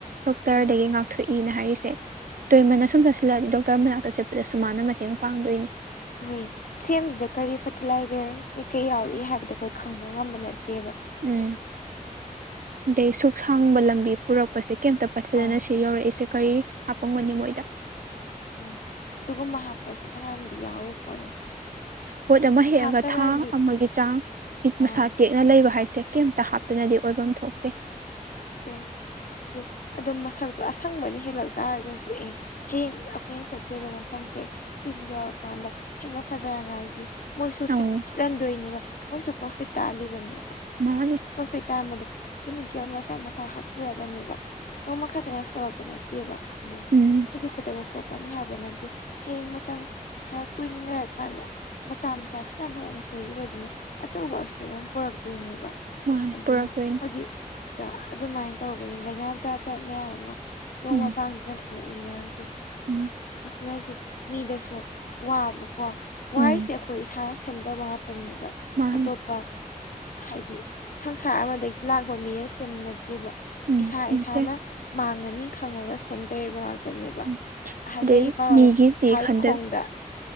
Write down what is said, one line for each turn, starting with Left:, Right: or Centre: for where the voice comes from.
Right: ꯗꯣꯛꯇꯔꯗꯒꯤ
Left: ꯎꯝ
Right: ꯉꯥꯛꯊꯣꯛꯏꯅ ꯍꯥꯏꯔꯤꯁꯦ ꯇꯣꯏꯃꯟꯅ
Left: ꯎꯝ
Right: ꯁꯨꯝ ꯆꯥꯁꯤꯜꯂꯛꯑꯗꯤ ꯗꯣꯛꯇꯔ ꯃꯅꯥꯛꯇ ꯆꯠꯄꯗꯁꯨꯨ ꯃꯥꯅ ꯃꯇꯦꯡ ꯄꯥꯡꯗꯣꯏꯅꯤ꯫
Left: ꯍꯣꯏ ꯁꯦꯝꯗꯨꯗ ꯀꯔꯤ ꯐꯔꯇꯤꯂꯥꯏꯖꯔ ꯀꯩꯀꯩ ꯌꯥꯎꯔꯤ ꯍꯥꯏꯕꯗꯣ ꯑꯩꯈꯣꯏ ꯈꯪꯕ ꯉꯝꯕ ꯅꯠꯇꯦꯕ꯫
Right: ꯎꯝ ꯑꯗꯩ ꯁꯨꯛꯁꯥꯡꯕ ꯂꯝꯕꯤ ꯄꯨꯔꯛꯄꯁꯦ ꯀꯩꯝꯇ ꯄꯠꯊꯗꯅ
Left: ꯑꯥ
Right: ꯁꯤ ꯌꯧꯔꯛꯏꯁꯦ ꯀꯔꯤ ꯍꯥꯄꯝꯒꯅꯤ ꯃꯣꯏꯗ꯫
Left: ꯎꯝ ꯑꯗꯨꯒꯨꯝꯕ ꯍꯥꯞꯄꯁꯨ ꯐꯅꯌꯥꯝꯗꯤ ꯌꯥꯎꯔꯤ ꯄꯣꯠꯅꯤ꯫
Right: ꯄꯣꯠ ꯑꯃ ꯍꯦꯛꯑꯒ
Left: ꯍꯥꯞꯇꯅꯗꯤ
Right: ꯊꯥ ꯑꯃꯒꯤ ꯆꯥꯡ ꯏ-ꯃꯁꯥ
Left: ꯑꯥ
Right: ꯇꯦꯛ ꯅ ꯂꯩꯕ ꯍꯥꯏꯁꯦ ꯀꯦꯝꯇ ꯍꯥꯞꯇꯅꯗꯤ ꯑꯣꯏꯕꯝ ꯊꯣꯛꯇꯦ
Left: ꯑ ꯑ ꯑꯗꯨ ꯃꯁꯛꯇꯣ ꯑꯁꯪꯕ ꯍꯦꯜꯂꯛ ꯇꯥꯔꯒꯁꯨ ꯑꯦ ꯍꯌꯦꯡ ꯑꯩꯈꯣꯏꯅ ꯆꯠꯇꯣꯏꯔꯤꯕ ꯃꯐꯝꯁꯦ ꯁꯤꯁꯤ ꯌꯧꯔꯀꯥꯟꯗ ꯍꯦꯟꯅ ꯐꯖꯔꯉꯥꯏꯒꯤ ꯃꯣꯏꯁꯨ
Right: ꯑꯧ
Left: ꯁꯤꯠ ꯁꯤꯠꯍꯟꯗꯣꯏꯅꯦꯕ ꯃꯣꯏꯁꯨ ꯄ꯭ꯔꯣꯐꯤꯠ ꯇꯥꯜꯂꯤꯕꯅꯦꯕ
Right: ꯃꯥꯅꯦ
Left: ꯄ꯭ꯔꯣꯐꯤꯠ ꯇꯥꯝꯕꯗꯣ ꯀꯦꯃꯤꯀꯦꯜ ꯃꯁꯥ ꯃꯟ ꯇ ꯍꯥꯞꯆꯤꯜꯂꯒꯅꯦꯕ ꯅꯣꯡꯃ ꯈꯛꯇꯅ ꯁꯣꯛꯂꯛꯄ ꯅꯠꯇꯦꯕ ꯑꯗꯣ
Right: ꯎꯝ
Left: ꯍꯧꯖꯤꯛ ꯈꯛꯇꯅ ꯁꯣꯛ ꯀꯅꯤ ꯍꯥꯏꯕ ꯅꯠꯇꯦ ꯍꯌꯦꯡ ꯃꯇꯝ ꯈꯔ ꯀꯨꯏꯅ ꯂꯩꯔ ꯀꯥꯟꯗ ꯃꯆꯥ ꯃꯆꯥ ꯈꯤꯇꯪ ꯈꯤꯇꯪ ꯁꯣꯏꯈꯤꯕꯗꯨꯅ ꯑꯆꯧꯕ ꯑꯁꯣꯏꯕ ꯑꯃ ꯄꯨꯔꯛꯇꯣꯏꯅꯦꯕ
Right: ꯃꯥꯅꯦ
Left: ꯑꯗꯨꯢꯅꯤ
Right: ꯄꯨꯔꯛꯇꯣꯏꯅꯤ
Left: ꯍꯧꯖꯤꯛꯇ ꯑꯗꯨꯃꯥꯏꯅ ꯇꯧꯕꯩꯅꯤ ꯂꯥꯏꯅꯥ ꯆꯥꯠ ꯆꯠ ꯃꯌꯥꯝ ꯑꯃ ꯅꯣꯡꯃ
Right: ꯎꯝ
Left: ꯀꯥꯡꯗꯅ ꯊꯣꯛꯂꯛꯏ ꯃꯌꯥꯝꯁꯤ
Right: ꯎꯝ
Left: ꯑꯁꯤꯅꯁꯨ ꯃꯤꯗꯁꯨ ꯋꯥꯕꯀꯣ ꯋꯥꯔꯤꯁꯦ
Right: ꯎꯝ
Left: ꯑ ꯈꯣꯏ ꯏꯁꯥꯅ ꯁꯦꯝꯖꯕ ꯉꯥꯛꯇꯅꯦꯕ
Right: ꯃꯥꯅꯦ
Left: ꯑꯇꯣꯞꯄ ꯍꯥꯏꯗꯤ ꯁꯪꯁꯥꯔ ꯑꯃꯗꯒꯤ ꯂꯥꯛꯄ ꯃꯤꯅ ꯁꯦꯝꯕ ꯅꯠꯇꯦꯕ
Right: ꯎꯝ
Left: ꯏꯁꯥ
Right: ꯅꯠꯇꯦ
Left: ꯏꯁꯥꯅ ꯃꯥꯡꯉꯅꯤ ꯈꯪꯉꯒ ꯁꯦꯝꯖꯔꯤꯕ ꯉꯥꯛꯇ ꯉꯥꯛꯆꯅꯦꯕ
Right: ꯎꯝ
Left: ꯑꯍꯜꯃꯩꯒꯤ
Right: ꯑꯗꯩ
Left: ꯄꯥꯎꯌꯦ
Right: ꯃꯤꯒꯤꯗꯤ
Left: ꯏꯁꯥꯒꯤ
Right: ꯈꯟꯗ
Left: ꯈꯣꯡꯗ